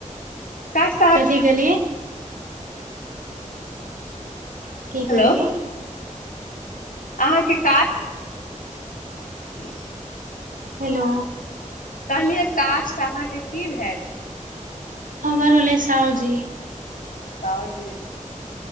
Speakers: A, on the left (about 85°); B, on the right (about 80°).
A: कास्ट अहाँ
B: कथी गेल्हिन की
A: हेलो
B: कहलिन
A: अहाँके कास्ट हुँ
B: हेलो
A: कहलियै कास्ट अहाँके की भेल
B: हमर रहलय सावजी
A: साहउ जी